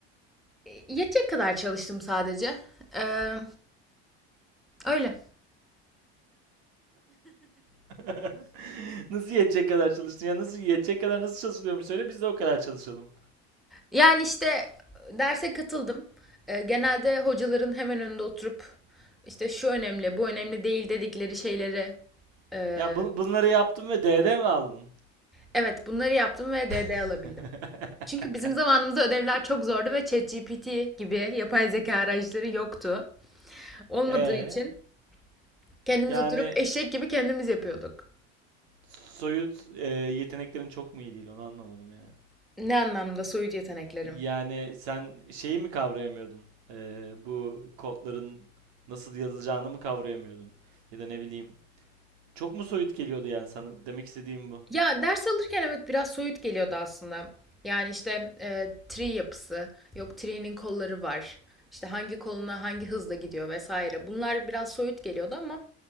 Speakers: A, in the centre; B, on the right.
A: E, Yetecek kadar çalıştım sadece. Ee, Öyle.
B: <laughs> Nasıl yetecek kadar çalıştın? Ya nasıl yetecek kadar nasıl çalışılıyormuş söyle biz de o kadar çalışalım.
A: Yani işte derse katıldım. Ee, genelde hocaların hemen önünde oturup işte şu önemli, bu önemli değil dedikleri şeyleri e,
B: Ya bu- bunları yaptın ve D D mi aldın?
A: evet bunları yaptım ve DD
B: <laughs>
A: alabildim. Çünkü bizim zamanımızda ödevler çok zordu ve ChatGPT gibi yapay zeka araçları yoktu. Olmadığı
B: Ee,
A: için kendimiz
B: yani
A: oturup eşek gibi kendimiz yapıyorduk.
B: soyut e, yeteneklerin çok mu iyi değil onu anlamadım ya.
A: Ne anlamda soyut yeteneklerim?
B: Yani sen şeyi mi kavrayamıyordun? Ee, bu kodların nasıl yazılacağını mı kavrayamıyordun? Ya da ne bileyim. Çok mu soyut geliyordu yani sana? Demek istediğim bu.
A: Ya ders alırken evet biraz soyut geliyordu aslında. Yani işte e, tri yapısı, yok tree'nin kolları var. İşte hangi koluna hangi hızla gidiyor vesaire. Bunlar biraz soyut geliyordu ama